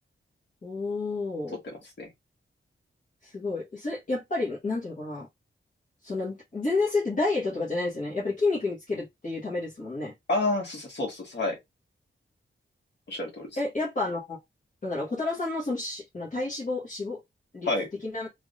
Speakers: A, on the left; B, on the left.
A: おー、
B: 取ってますね。
A: すごい。それ、やっぱり、なんていうのかな。その、全然それってダイエットとかじゃないですよね。やっぱり筋肉につけるっていうためですもんね。
B: ああ、そうそうそうそう、はい。おっしゃる通りです。
A: え、やっぱあの、なんだろう、小太郎さんのそのし、あの体脂肪、脂肪率的な
B: はい。